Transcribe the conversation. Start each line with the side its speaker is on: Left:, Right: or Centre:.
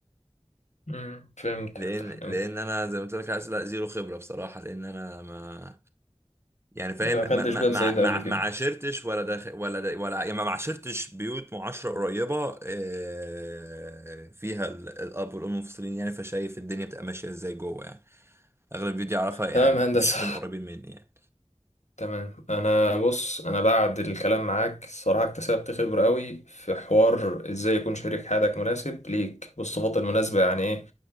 Left: مم. فهمتك
Right: لان
Left: فهمتك
Right: لان انا زي ما قلت لك اسئله زيرو خبره بصراحه لان انا ما يعني فاهم
Left: ما
Right: ما
Left: دخلتش
Right: ما
Left: باب
Right: ما
Left: زي ده
Right: ما
Left: قبل كده
Right: ما عاشرتش ولا داخل ولا دا ولا يعني ما عاشرتش بيوت معاشرة قريبة آه، فيها ال- الأب والأم منفصلين يعني فشايف الدنيا بتبقى ماشية ازاي جوه يعني أغلب البيوت دي أعرفها يعني
Left: تمام هندسة
Right: مفيش حد من القريبين مني يعني
Left: تمام انا بص انا بعد الكلام معاك الصراحة اكتسبت خبرة قوي في حوار ازاي يكون شريك حياتك مناسب ليك والصفات المناسبة يعني ايه